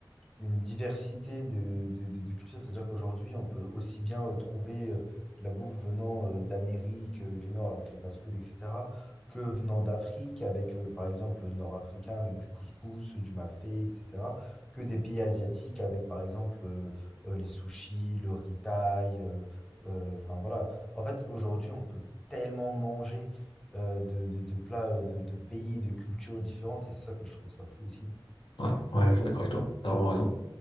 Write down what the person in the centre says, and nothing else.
une diversité de, de, de- de cultures. C'est-à-dire qu'aujourd'hui, on peut aussi bien euh, trouver euh, la bouffe venant euh, d'Amérique euh, du Nord avec les fast-foods, etc., que venant d'Afrique avec, euh, par exemple, le nord-africain avec du couscous, du mafé, etc., que des pays asiatiques avec, par exemple, euh, euh, les sushis, le riz thaï. euh, euh, Enfin, voilà. En fait, aujourd'hui, on peut tellement manger. euh, de, de- de plats euh, de, de pays, de cultures différentes, et c'est ça que je trouve ça fou aussi.